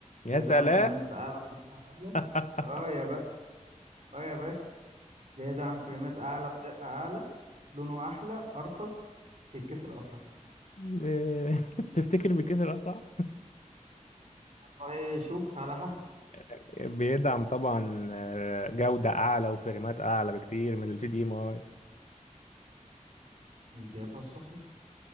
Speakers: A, on the left (about 65°); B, on the right (about 60°).
A: يا
B: بيدعم
A: سلام
B: فريمات أعلى ودقة أعلى
A: <laughs>
B: اه يا بقى اه يا باشا بيدعم فريمات أعلى ودقة أعلى لونه أحلى أرخص بيتكسر أسرع
A: ب- <laughs> تفتكر بيكسر اسرع
B: والله شوف على حسب
A: <laughs> بيدعم طبعا آه، جوده اعلى وفريمات اعلى بكتير من الجي دي ام اي
B: الإجابة الصحيحة